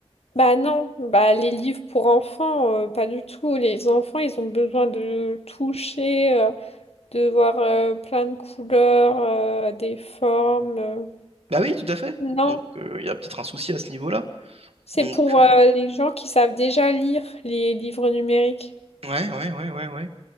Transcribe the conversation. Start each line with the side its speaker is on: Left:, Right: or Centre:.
Left: Bah non, bah les livres pour enfants, euh, pas du tout. Les enfants, ils ont besoin de toucher. euh, de voir euh, plein de couleurs, euh, des formes. euh.
Right: Bah oui, tout à fait.
Left: Non,
Right: Donc, euh, il y a peut-être un souci à ce niveau-là.
Left: c'est
Right: Donc,
Left: pour
Right: euh,
Left: euh, les gens qui savent déjà lire les livres numériques.
Right: Ouais, ouais, ouais, ouais, ouais.